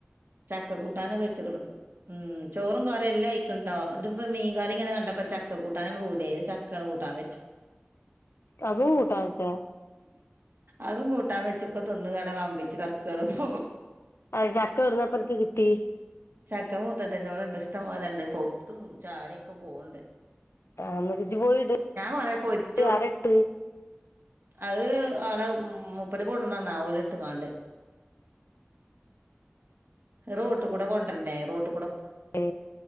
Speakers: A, on the right; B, on the left.
A: ചക്ക കൂട്ടാന കഴിച്ച്ക്ക്ണ്ന്ന് ഉം ചോറും കറിയും എല്ലാം ആയിക്ണ് ട്ടോ ഇപ്പ മീൻകറി ഇങ്ങനെ കണ്ടപ്പ ചക്ക കൂട്ടാനണ് പൂതിയായി ചക്കണ് കൂട്ടാൻ വെച്ചു.
B: അതും കൂട്ടാൻ വെച്ചാ?
A: അതും കൂട്ടാൻ വെച്ചൊക്കെ തിന്ന് കട വമ്പിച്ച് കടക്കാണപ്പോ.
B: അത് ചക്ക എടുന്നപ്പൻക്ക് കിട്ടി?
A: ചക്ക മൂത്തച്ചെൻ്റോടെ ഇണ്ട് ഇഷ്ടം പോലെണ്ട്. പൗത്തും ചാടിയൊക്കെ പോണണ്ട്.
B: ആ അന്നതിച്ചു പോയിട്ട്
A: കൊറേ പൊരിച്ചു
B: ആരട്ട്?
A: അത് അവിടെ മുപ്പര് കൊണ്ട്ന്നന്ന ഓലിട്ടുംങ്ങാണ്ട്. റോട്ട് കൂടെ കൊണ്ടരണ്ടേ റോട്
B: ഏ